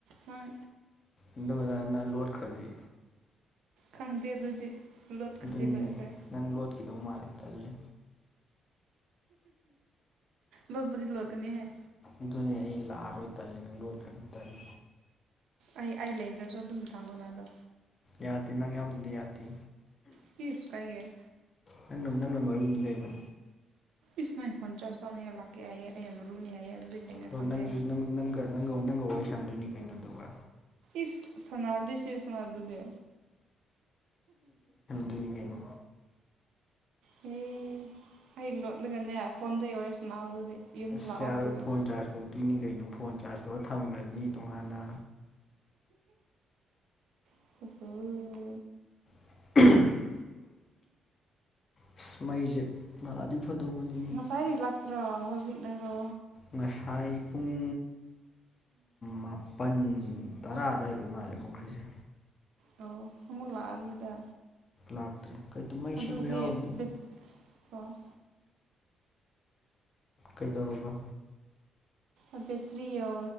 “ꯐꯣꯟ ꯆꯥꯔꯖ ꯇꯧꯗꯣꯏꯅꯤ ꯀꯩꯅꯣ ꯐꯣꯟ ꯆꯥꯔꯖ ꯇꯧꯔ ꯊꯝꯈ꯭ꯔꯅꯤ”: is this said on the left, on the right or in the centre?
Left